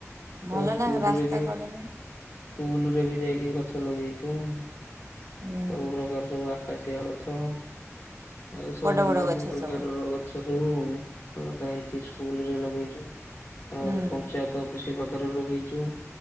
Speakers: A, on the right; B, on the left.
A: ଭଲ
B: ଆଉ ସ୍କୁଲ
A: ନା ରାସ୍ତା,
B: ରେ ବି
A: କଡ଼ରେ।
B: ସ୍କୁଲ, ରେ ବି ଯାଇକି ଗଛ, ଲଗେଇଛୁ। ସବୁ
A: ହୁଁ
B: ପ୍ରକାର, ସବୁ ଆ ଆକାଶିଆ, ଗଛ। ଆଉ, ସବୁ
A: ବଡ଼
B: ବିଭିନ୍ନ
A: ବଡ଼ ଗଛ
B: ପ୍ରକାରର,
A: ସବୁ
B: ଗଛ ସ ସବୁ ଲଗା ହେଇଛି, ସ୍କୁଲ, ରେ ଲଗେଇଛୁ ୲ ଆଉ
A: ହୁଁ
B: ଯୋଉ, ପଞ୍ଚାୟତ ଅଫିସ, ବି ଘରେ, ଲଗେଇଛୁ ୲